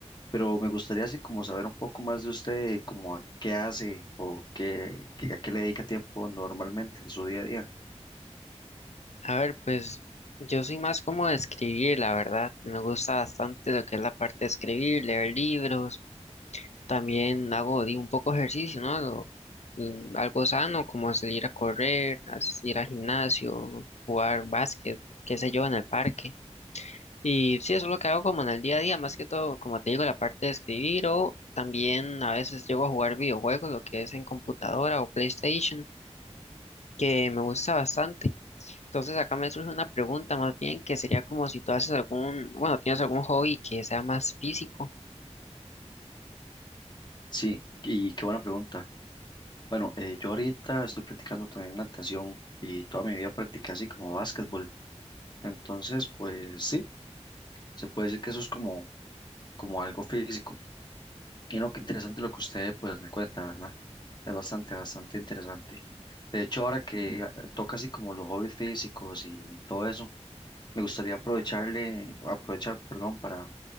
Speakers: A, on the left; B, on the left.
A: pero me gustaría así como saber un poco más de usted, como a qué hace o qué, qué- a qué le dedica tiempo normalmente en su día a día.
B: A ver, pues yo soy más como de escribir, la verdad. Me gusta bastante lo que es la parte de escribir, leer libros. También hago di, un poco ejercicio, ¿no? Lo- mm, algo sano, como salir a correr, as- ir al gimnasio, jugar básquet, qué sé yo, en el parque. Y sí, eso es lo que hago como en el día a día, más que todo, como te digo, la parte de escribir o también a veces llego a jugar videojuegos, lo que es en computadora o PlayStation, que me gusta bastante. Entonces acá me surge una pregunta más bien que sería como si tú haces algún, bueno, tienes algún hobby que sea más físico.
A: Sí, y qué buena pregunta. Bueno, eh, yo ahorita estoy practicando también natación y toda mi vida practiqué así como básquetbol. Entonces, pues sí, se puede decir que eso es como, como algo físico. Y no, qué interesante lo que usted pues me cuenta, ¿verdad? Es bastante, bastante interesante. De hecho, ahora que ah, toca así como los hobbies físicos y todo eso, me gustaría aprovecharle, aprovechar, perdón, para